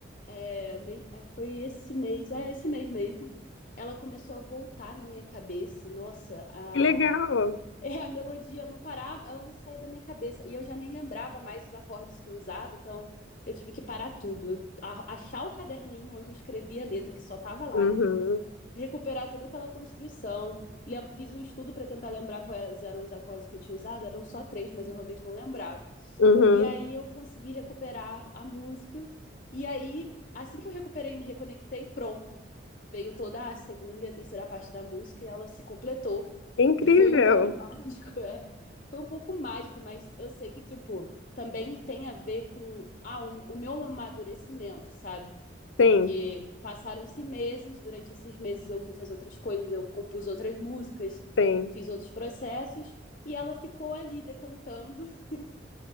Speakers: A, on the left; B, on the left.
A: é, mei- é, foi esse mês, é esse mês mesmo, ela começou a voltar na minha cabeça, nossa, a,
B: Que legal.
A: é, a melodia não parava, ela não saía da minha cabeça. E eu já nem lembrava mais os acordes que eu usava, então eu tive que parar tudo. Eu, a- achar o caderninho onde eu escrevia a letra, que só tava lá
B: Uhum,
A: a letra. Recuperar toda aquela construção. Lem- fiz um estudo para tentar lembrar quais eram os acordes que eu tinha usado, eram só três, mas eu realmente não lembrava.
B: uhum.
A: E aí eu consegui recuperar a música. E aí, assim que eu recuperei e me reconectei, pronto. Veio toda a segunda e a terceira parte da música e ela se completou
B: Incrível.
A: e foi um pouco <laughs> mágico, é. Foi um pouco mágico, mas eu sei que, tipo, também tem a ver com ah, o, o meu amadurecimento, sabe? Porque
B: Sim,
A: passaram-se meses, durante esses meses eu fui fazer outras coisas, eu compus outras músicas,
B: sim.
A: fiz outros processos, e ela ficou ali decantando. <laughs>